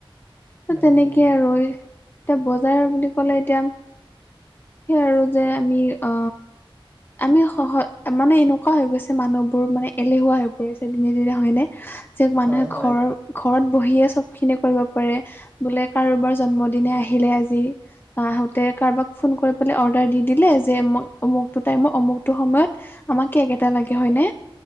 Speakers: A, on the right; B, on the left.
A: উম
B: তেনেকেই আৰু এতিয়া বজাৰ বুলি ক'লে এতিয়া। সেই আৰু যে আমি অ আমি সহজ। মানে এনেকুৱা হৈ গৈছে মানুহবোৰ মানে এলেহুৱা হৈ পৰিছে দিনে দিনে হয়নে। যে মানুহে
A: হয় হয়
B: ঘৰৰ ঘৰত বহিয়ে চব খিনি কৰিব পাৰে বোলে কাৰোবাৰ জন্মদিনে আহিলে আজি। আহোতে কাৰোবাক ফোন কৰি পেলাই অৰ্ডাৰ দি দিলে যে অমুকটো টাইমত অমুকটো সময়ত। আমাক কেক এটা লাগে হয় নে